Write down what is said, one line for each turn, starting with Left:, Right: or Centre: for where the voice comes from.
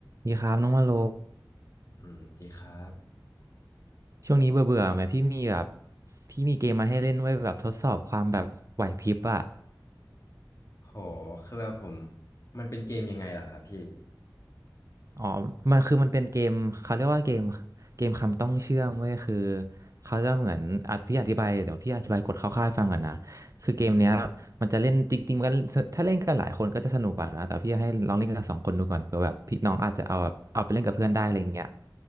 Right: ดีครับน้องมาโล
Left: อืมดีครับ
Right: ช่วงนี้เบื่อเบื่อไหมพี่มีแบบพี่มีเกมมาให้เล่นไว้แบบทดสอบความแบบไหวพริบอะ
Left: โหคือแบบผมมันเป็นเกมยังไงล่ะครับพี่
Right: อ๋อมันคือมันเป็นเกมเขาเรียกว่าเกมเกมคำต้องเชื่อมเว้ยคือเขาจะเหมือนอ่ะพี่อธิบายเดี๋ยวพี่อธิบายกฎคร่าวๆให้ฟังก่อนนะคือเกมเนี้ยมันจะเล่นจริงๆมันถ้าเล่นกันหลายคนก็จะสนุกกว่านะแต่พี่ให้ลองเล่นกันสองคนดูก่อนเผื่อแบบพี่น้องอาจจะเอาแบบเอาไปเล่นกับเพื่อนได้อะไรอย่างเงี้ย